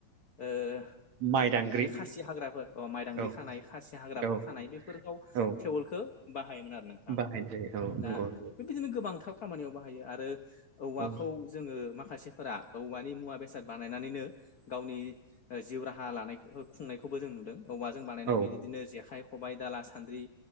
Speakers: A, on the left; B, on the right.
A: ओ
B: माइ दांग्रि
A: इदिनो खासि हाग्राफोर अ माइदांग्रि
B: औ
A: खानाय खासि हाग्राफोर
B: औ
A: खानाय बेफोरखौ
B: औ
A: टेबोलखो बाहायोमोन आरो नों
B: बाहायनाय जायो औ
A: दा
B: नंगौ नंगौ
A: बेबायदिनो गोबांथार खामानियाव बाहायो आरो औवाखौ
B: औ
A: जोङो माखासे फोरा औवानि मुवा बेसाद बानायनानैनो गावनि जिउ राहा लानायखौ खुंनायखौबो जों नुदों औवाजों बानायनाय
B: औ
A: बेदिदिनो जेखाइ खबायाइ दाला सान्द्रि